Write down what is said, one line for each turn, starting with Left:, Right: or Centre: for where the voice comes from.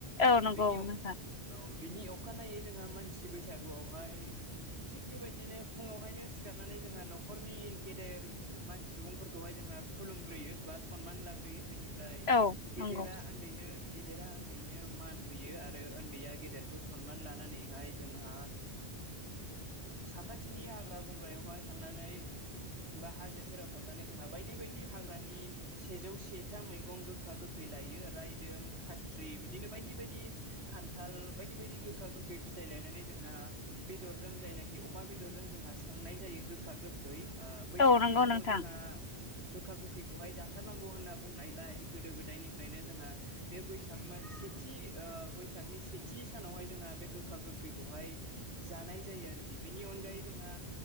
Right: आ
Left: औ नंगौ
Right: बेनि अ
Left: नोंथां
Right: ओ बिनि अखानायै जोंहा मानसि बैसागुआवहाय थिग बेबायदिनो फुङावहायनो सिखारनानै जोंहा न'खरनि गेदेर मानसि सुबुंफोरखौहाय जोंहा खुलुमग्रोयो बा सनमान लाग्रोयो बेनिफ्राय
Left: औ
Right: गेदेरा
Left: नंगौ
Right: ओन्दैनो गेदेरा ओन्दैनो मान होयो आरो ओन्दैया गेदेरखौ सनमान लानानैहाय जोंहा साखाथिनि हाग्रा बं बा हाजो सेराव थांनानै जोंहा बायदि बाय दि हाग्रानि सेजौ से था मैगं गोखा गोखै लायो रायदों, खाथ्रि बिदिनो बा बायदि बायदि खान्थाल बायदि बायदि गोखा गोखै फिथाइ लायनानै जोंहा बेदरजों जायनाखि अमा बेदरजों जोंहा संनाय जायो गोखा गोखै ओ बैसागनि
Left: औ नंगौ
Right: नामाव
Left: नोंथां
Right: जोंहा गोखा गोखैखौहाय जाथारनांगौ होनना बुंनायलाय गोदो गोदायनिफ्रायनो जोंहा बे बैसाग मानसे थि ओ बैसागनि सेथि सानावहाय जोंहा बे गोखा गोखैखौहाय जानाय जायो आरोखि। बिनि अनगायै जोंहा